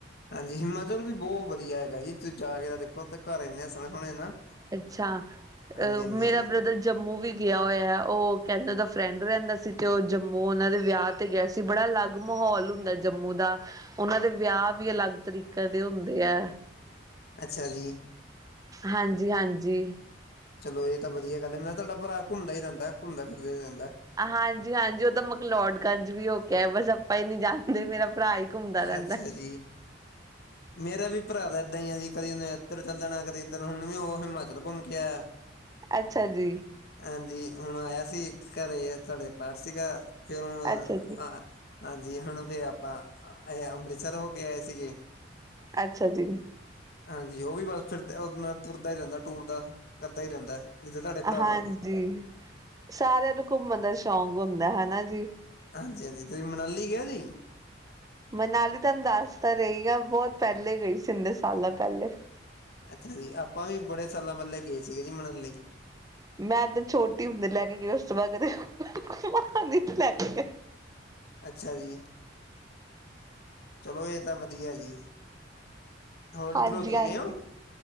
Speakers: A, on the left; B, on the right.
A: ਹਾਂਜੀ ਹਿਮਾਚਲ ਵੀ ਬਹੁਤ ਵਧੀਆ ਹੈਗਾ ਜੀ, ਤੁਸੀਂ ਜਾ ਕੇ ਤਾਂ ਉਥੇ ਘਰ ਇਨੇ ਸੋਹਣੇ- ਸੋਹਣੇ ਨਾ,
B: ਅੱਛਾ
A: ਹਾਂਜੀ-
B: ਅ
A: ਹਾਂਜੀ।
B: ਮੇਰਾ ਬ੍ਰਦਰ ਜੰਮੂ ਵੀ ਗਿਆ ਹੋਇਆ ਉਹ ਕਹਿੰਦੇ ਉਹਦਾ ਫਰੈਂਡ ਰਹਿੰਦਾ ਸੀ ਤੇ ਉਹ ਜੰਮੂ ਉਹਨਾਂ ਦੇ ਵਿਆਹ ਤੇ ਗਿਆ ਸੀ ਬੜਾ ਅਲੱਗ ਮਾਹੌਲ ਹੁੰਦਾ ਜੰਮੂ ਦਾ, ਉਹਨਾਂ ਦੇ ਵਿਆਹ ਵੀ ਅਲੱਗ ਤਰੀਕੇ ਦੇ ਹੁੰਦੇ ਹੈ।
A: ਅੱਛਾ ਜੀ।
B: ਹਾਂਜੀ- ਹਾਂਜੀ।
A: ਚਲੋ ਇਹ ਤਾਂ ਵਧੀਆ ਗੱਲ ਹੈ, ਮੈਂ ਤੁਹਾਡਾ ਭਰਾ ਘੁੰਮਦਾ ਹੀ ਰਹਿੰਦਾ, ਘੁੰਮਦਾ ਫਿਰਦਾ ਹੀ ਰਹਿੰਦਾ।
B: ਹਾਂਜੀ- ਹਾਂਜੀ ਉਹ ਤਾਂ ਮਕਲੋਡਗੰਜ ਵੀ ਹੋ ਕੇ ਆਯਾ ਬਸ ਆਪਾਂ ਈ ਨੀ ਜਾਣਦੇ, ਮੇਰਾ ਭਰਾ ਹੀ ਘੁੰਮਦਾ ਰਹਿੰਦਾ।
A: ਅੱਛਾ ਜੀ। ਮੇਰਾ ਵੀ ਭਰਾ ਤਾਂ ਇਏਦਾਂ ਹੀ ਆ ਜੀ ਕਦੇ ਉਹਨੇ ਇੱਧਰ ਚੱਲ ਜਾਣਾ ਕਦੇ ਇੱਧਰ ਹੁਣ ਵੀ ਉਹ ਹਿਮਾਚਲ ਘੁੰਮ ਕੇ ਆਇਆ।
B: ਅੱਛਾ ਜੀ।
A: ਹਾਂਜੀ ਹੁਣ ਆਇਆ ਸੀ ਘਰੇ ਤੁਹਾਡੇ, ਪਾਠ ਸੀਗਾ ਫੇਰ ਹੁਣ
B: ਅੱਛਾ ਜੀ,
A: ਹਾਂਜੀ ਹੁਣ ਫੇਰ ਆ- ਤਾਂ ਇਹ ਅੰਮ੍ਰਿਤਸਰ ਹੋ ਕੇ ਆਏ ਸੀਗੇ।
B: ਅੱਛਾ ਜੀ।
A: ਹਾਂਜੀ ਉਹ ਵੀ ਬਸ ਫਿਰਦਾ ਤੁਰਦਾ ਹੀ ਰਹਿੰਦਾ ਟੂਰ ਦਾ, ਕਰਦਾ ਹੀ ਰਹਿੰਦਾ। ਜਿੱਦਾਂ ਤੁਹਾਡੇ ਭਰਾ
B: ਹਾਂਜੀ
A: ਵਾਂਗੂ।
B: ਸਾਰਿਆਂ ਨੂੰ ਘੁੰਮਣ ਦਾ ਸ਼ੌਕ ਹੁੰਦਾ, ਹਨਾ ਜੀ।
A: ਹਾਂਜੀ- ਹਾਂਜੀ ਤੁਸੀਂ ਮਨਾਲੀ ਗਏ ਜੀ?
B: ਮਨਾਲੀ ਤੁਹਾਨੂੰ ਦੱਸ ਤਾਂ ਰਹੀ ਆ, ਬਹੁਤ ਪਹਿਲੇ ਗਈ ਸੀ ਇੰਨੇ ਸਾਲਾਂ ਪਹਿਲੇ।
A: ਅੱਛਾ ਜੀ, ਆਪਾਂ ਵੀ ਬੜੇ ਸਾਲਾਂ ਪਹਿਲੇ ਗਏ ਸੀਗੇ ਜੀ ਮੰਨਾਲੀ।
B: ਮੈਂ ਤੇ ਛੋਟੀ ਹੁੰਦੇ ਲੈ ਕੇ ਗਈ ਉਸ ਤੋਂ ਬਾਅਦ ਕਦੇ ਘੁਮਾਨ ਨੀ ਲੈ ਕੇ ਗਏ।
A: ਅੱਛਾ ਜੀ, ਚਲੋ ਇਹ ਤਾਂ ਵਧੀਆ ਜੀ। ਹੋਰ
B: ਹਾਂਜੀ-ਹਾਂਜੀ,
A: ਡਲਹੋਜੀ ਗਏ ਹੋ?